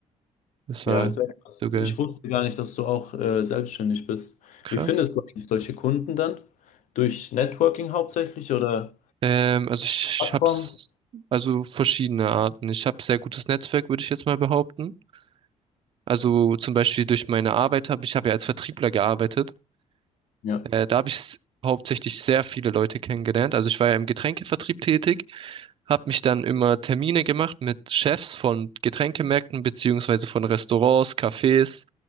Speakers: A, on the right; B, on the left.
A: das war
B: ja, sehr krass.
A: sogar
B: ich wusste gar nicht, dass du auch äh, selbstständig bist.
A: krass.
B: Wie findest du eigentlich solche Kunden dann? Durch Networking hauptsächlich oder
A: Ähm, also ich
B: Plattform?
A: hab's, also verschiedene Arten. Ich habe sehr gutes Netzwerk, würde ich jetzt mal behaupten. Also zum Beispiel durch meine Arbeit habe ich habe ja als Vertriebler gearbeitet.
B: Ja.
A: Äh, da habe ich s- hauptsächlich sehr viele Leute kennengelernt. Also ich war ja im Getränkevertrieb tätig habe mich dann immer Termine gemacht mit Chefs von Getränkemärkten beziehungsweise von Restaurants, Cafés,